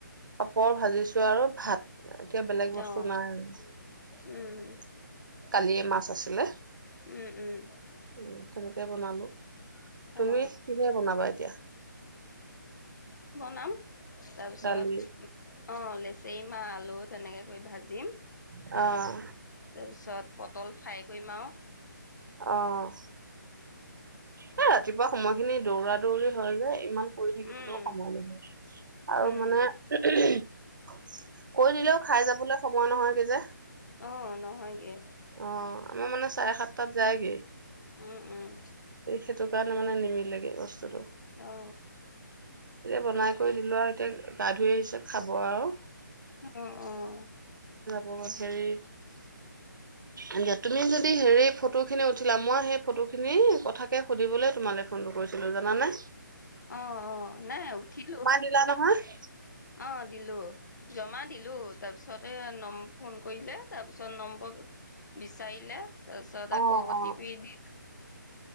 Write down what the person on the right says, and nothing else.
পাপৰ ভাজিছো আৰু ভাত এতিয়া বেলেগ বস্তু
নাই আৰু
কালি মাছ আছিলে
উ তেনেকে বনালো তুমি
কিহে বনাবা এতিয়া
দালি
অঁ
আঁহ এ ৰাতিপুৱা সময়ত খিনি দৌৰা দৌৰি হয় যে ইমান কৰি থাকিবলৈও
সময় নহয় আৰু
মানে কৰি দিলেও খাই যাবলৈ সময় নহয় যে
অ আমাৰ মানে চাৰে সাতটাত যায়গে
সেইটো কাৰণে মানে নিমিলেগৈ বস্তু
বনাই কৰি দিলো আৰু এতিয়া গা ধুই আহিছে খাব আৰু
বহুত হেৰি অঁ তুমি যদি হেৰি ফটো খিনি উঠিলা মই সেই ফটো খিনি কথাকে সুধিবলৈ তোমালৈ ফোনটো কৰিছিলো জানে
দিলা নহয়
অ
অ